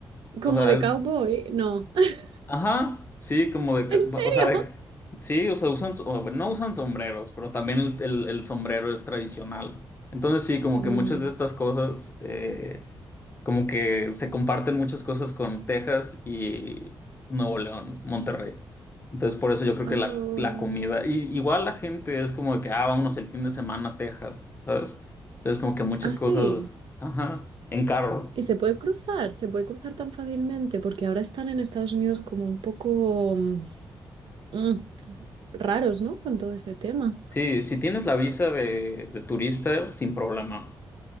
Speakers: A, on the right; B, on the left.
A: Como
B: o sea,
A: de
B: es,
A: cowboy. No. <laughs>
B: Ajá, sí, como de, ca-
A: ¿En serio?
B: o sea, de- sí, o sea, usan, o bueno, no usan sombreros, pero también el, el- el sombrero es tradicional. Entonces sí, como
A: Mm.
B: que muchas de estas cosas, eh, como que se comparten muchas cosas con Texas y Nuevo León, Monterrey. Entonces por eso yo creo
A: Oh.
B: que la, la comida, y, igual la gente es como de que, ah, vámonos el fin de semana a Texas, ¿sabes? Entonces como que muchas
A: Ah,
B: cosas,
A: sí.
B: ajá, en carro.
A: Y se puede cruzar, se puede cruzar tan fácilmente porque ahora están en Estados Unidos como un poco mm, mm, raros, ¿no? Con todo ese tema.
B: Sí, si tienes la visa de, de turista, sin problema.